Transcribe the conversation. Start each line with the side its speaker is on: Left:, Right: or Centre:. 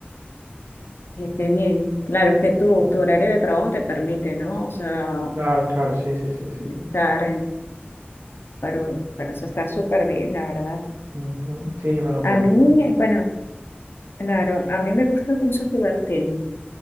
Left: eh, qué bien. Claro, es que tu,
Right: Mm.
Left: tu horario de trabajo te permite, ¿no? O sea,
Right: Claro, claro, sí, sí, sí, sí,
Left: estar,
Right: sí.
Left: en- pero, pero eso está súper bien, la verdad.
Right: Ujú, Sí, me lo
Left: A
Right: permite.
Left: mí, bueno, claro, a mí me gusta mucho jugar tenis.